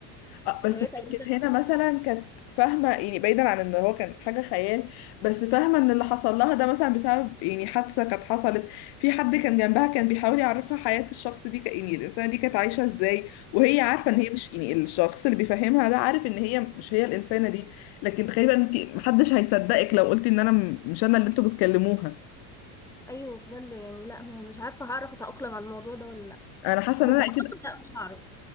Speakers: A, on the left; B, in the centre.
A: اه بس
B: وهي
A: هي
B: تقريبا
A: كانت هنا مثلا كانت فاهمة يعني بعيدا عن ان هو كان حاجة خيال بس فاهمة ان اللي حصل لها ده مثلا بسبب يعني حادثة كانت حصلت في حد كان جنبها كان بيحاول يعرفها حياة الشخص دي ك- يعني الإنسانة دي كانت عايشة ازاي وهي عارفة
B: آه.
A: ان هي مش يعني الشخص اللي بيفهمها ده عارف ان هي مش هي الإنسانة دي لكن تقريبا انت محدش هيصدقك لو قلتي ان انا م- مش انا اللي انتوا بتكلموها
B: ايوه بجد يعني لا ما- مش عارفه هعرف اتاقلم على الموضوع ده ولا لا
A: انا حاسة
B: بس
A: ان انا
B: اعتقد
A: اكيد
B: لا مش هعرف